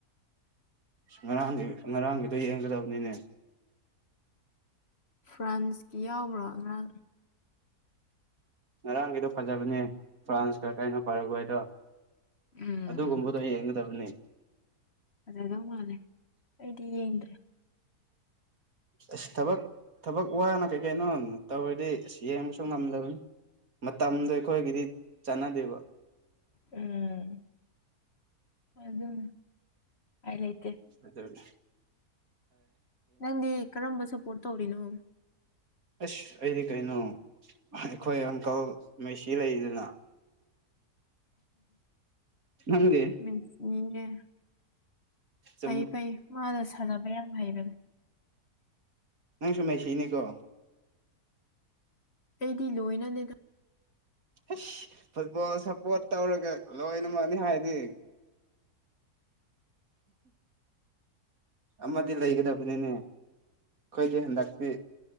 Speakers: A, on the right (about 60°); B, on the left (about 45°).
A: ꯉꯔꯥꯡꯒꯤ ꯉꯔꯥꯡꯒꯤꯗꯣ ꯌꯦꯡꯒꯗꯕꯅꯤꯅꯦ
B: ꯐ꯭ꯔꯥꯟꯁꯀꯤ ꯌꯥꯎꯕ꯭ꯔꯥ ꯉꯔꯥꯡ
A: ꯉꯔꯥꯡꯒꯤꯗꯣ ꯐꯖꯕꯅꯦ ꯐ꯭ꯔꯥꯟꯁꯀ ꯀꯩꯅꯣ ꯐꯔꯒ ꯍꯥꯏꯗꯣ
B: ꯎꯝ
A: ꯑꯗꯨꯒꯨꯝꯕꯗꯣ ꯌꯦꯡꯒꯗꯕꯅꯦ
B: ꯐꯖꯗꯧ ꯃꯥꯜꯂꯦ ꯑꯩꯗꯤ ꯌꯦꯡꯗ꯭ꯔꯦ
A: ꯑꯁ ꯊꯕꯛ ꯊꯕꯛ ꯋꯥꯅ ꯀꯩ ꯀꯩꯅꯣ ꯇꯧꯔꯗꯤ ꯑꯁ ꯌꯦꯡꯕꯁꯨ ꯉꯝꯗꯕꯅꯤ ꯃꯇꯝꯗꯣ ꯑꯩꯈꯣꯏꯒꯤꯗꯤ ꯆꯥꯟꯅꯗꯦꯕ
B: ꯎꯝ ꯑꯗꯨꯅꯦ ꯄꯥꯏ ꯂꯩ
A: ꯑꯗꯨꯅ
B: ꯅꯪꯗꯤ ꯀꯔꯝꯕꯁꯨꯄꯣꯔꯇ ꯇꯧꯔꯤꯅꯣ
A: ꯑꯁ ꯑꯩꯗꯤ ꯀꯩꯅꯣ ꯑꯩꯈꯣꯏ ꯑꯪꯀꯜ ꯃꯦꯁꯤ ꯂꯩꯗꯅ ꯅꯪꯗꯤ
B: ꯃꯦꯁꯤꯌꯦ
A: ꯁꯨꯝ
B: ꯐꯩ ꯐꯩ ꯃꯥꯅ ꯁꯥꯟꯅꯕ ꯌꯥꯝ ꯍꯩꯕꯅꯤ
A: ꯅꯪ ꯁꯨ ꯃꯦꯁꯤꯅꯦꯀꯣ
B: ꯑꯩꯗꯤ ꯂꯣꯏꯅꯅꯦꯗ
A: ꯏꯁ ꯐꯨꯠꯕꯣꯜ ꯁꯞꯄꯣꯔꯠ ꯇꯧꯔꯒ ꯂꯣꯏꯅꯃꯛꯅꯤ ꯍꯥꯏꯗꯤ ꯑꯟꯏꯟꯇꯦꯜꯂꯤꯖꯦꯕꯜ ꯑꯃꯗꯤ ꯂꯩꯒꯗꯕꯅꯤꯅꯦ ꯑꯩꯈꯣꯏꯗꯤ ꯍꯟꯗꯛꯇꯤ